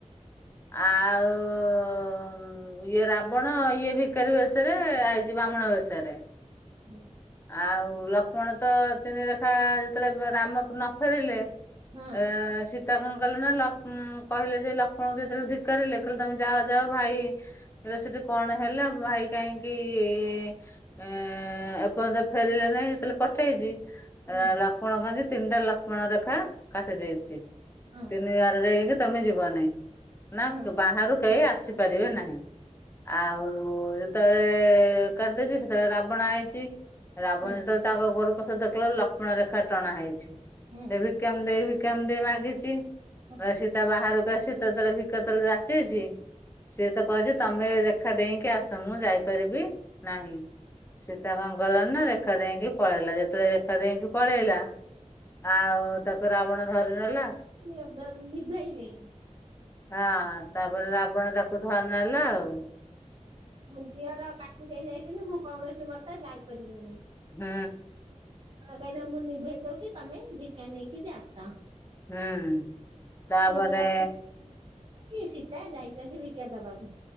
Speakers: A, on the left (about 20°); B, on the right (about 45°).
A: ଆଉ ହୁଁ ଇଏ ରାବଣ, ଇଏ ଭିକାରୀ ବେଶରେ ଆଇଛି ବ୍ରାହ୍ମଣ ବେଶରେ
B: ହୁ।
A: ଆଉ, ଲକ୍ଷ୍ମଣ ତ ତିନିରେଖା ଯେତେବେଳେ, ରାମ ନ ଫେରିଲେ
B: ହୁଁ
A: ଏ-ଏଁ ସୀତ୍ ତା, କଣ କଲୁ ନା ଯେ ଲକ୍ଷ୍ମଣଙ୍କୁ କହିଲେ ଯେ ଲକ୍ଷ୍ମଣ ଯେତେଳେ ଧିକ୍କାରିଲେ କହିଲେ ତମେ ଯାଅ ଯାଅ ଭାଇ ହେଲେ ସେଠି କଣ ହେଲା? ଭାଇ କାହିଁକି-ଇ ଅ-ଅ-ଅ ପତ ଫେରିଲେ ନାହିଁ, ଯେତେବେଳେ ପଠେଇଛି।
B: ହୁଁ
A: ଲକ ପ କଣ କରିଛି ତିନିଟା ଲକ୍ଷ୍ମଣ ରେଖା କାଟି ଦେଇଛି।
B: ହୁଁ
A: ତିନିି ବା <unintelligible> ତମେ ଯିବନେଇ ନା
B: ହୁଁ ହୁଁ
A: ବାହାରୁ କେହି ଆସିପାରିବେ ନାହିଁ? ଆଉ, ଯେତେବେଳେ କରିଦେଇଛି ସେତେବେଳେ ରାବଣ ଆଇଛି। ରାବଣ
B: ହୁଁ
A: ଯେତେବେଳେ ତାଙ୍କୁ ଗୋରୁ ପ୍ରସାଦ ଦେଖିଲ ଲକ୍ଷ୍ମଣ ରେଖା ଟଣା ହେଇଛି।
B: ହୁଁ
A: ଏ ଭି କାମ ଦେହି ଭିକାମ ଦେହି ମାଗିଚି? ବା
B: ହୁଁ
A: ସୀତା ବାହାରକୁ ଆସି ତ ତଳେ ଭିକ ତଳେ ଯାଚିଛି ସିଏ ତ କହିଛି ତମେ ରେଖା ଡେଇକି ଆସ ମୁଁ ଯାଇପାରିବି ନାହିଁ ସିଏ ତାର ସୀତା କନା କଲାନା ରେଖା ଡେଇକି ପଳେଇଲା ଯେତେବେଳେ ରେଖା ଡେଇକି ପଳେଇଲା ଆଉ ତାକୁ ରାବଣ ଧରି ନେଲା।
B: ନିଭେ ନିଭେଇଲେ
A: ହଁ ତାପରେ ରାବଣ ତାକୁ ଧର ନେଲା ଆଉ।
B: ଦିଅର କାଟି ଦେଇ ଯାଇଛନ୍ତି ମୁଁ କୌଣସି ମତେ ଯାଇପାରିବିନି।
A: ହୁଁ।
B: କହିଲେ ମୁଁ ନିଭେଇ ଦଉଛି ତମେ ଭିକ୍ଷା ନେଇକି ଯେ ଆସ।
A: ହୁଁ ତାପରେ
B: ତିନିଗାରରେ କି ସୀତା ଯାଇଛନ୍ତି ଭିକ୍ଷା ଦବାକୁ